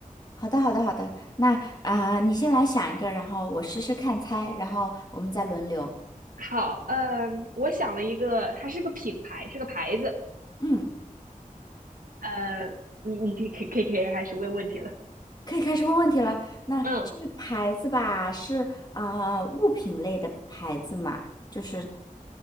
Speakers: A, on the left; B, on the right.
A: 好的，好的，好的。那啊、你先来想一个，然后我试试看猜，然后我们再轮流。
B: 好，嗯，我想了一个，它是个品牌，是个牌子。
A: 嗯，
B: 呃，你你可以可以可以可以开始问问题了。
A: 可以开始问问题了。那这个牌子吧，
B: 嗯，
A: 是啊，物品类的牌子嘛？就是